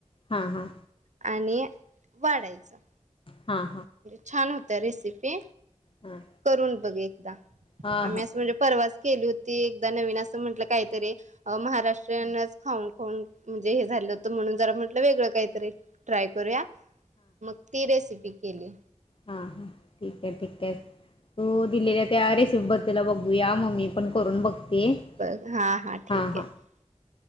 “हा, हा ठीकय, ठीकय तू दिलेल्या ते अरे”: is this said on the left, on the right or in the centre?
Left